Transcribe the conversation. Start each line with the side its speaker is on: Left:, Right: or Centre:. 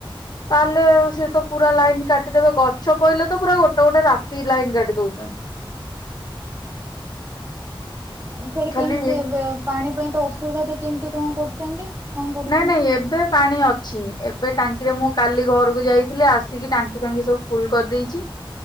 Left: ତାହେଲେ ସେ ତ ପୁରା ଲାଇନ କାଟିଦବେ ଗଛ ପହିଲେ ତ ପୁରା ଗୋଟେ ଗୋଟେ ରାତି ଲାଇନ୍ କାଟି ଦଉଛନ୍ତି।
Right: ସେଠି କେମିତି
Left: ଖାଲି
Right: ଏବେ ପାଣି ପାଇଁ ତ ଅସୁବିଧା ତ କେମିତି କଣ କରୁଛନ୍ତି? କଣ କରୁଛନ୍ତି
Left: ନାଇଁ ନାଇଁ ଏବେ ପାଣି ଅଛି ଏବେ ଟାଙ୍କିରେ ମୁଁ କାଲି ଘରକୁ ଯାଇ ଆସିକି ଟାଙ୍କି ଫାଙ୍କି ସବୁ ଫୁଲ କରିଦେଇଛି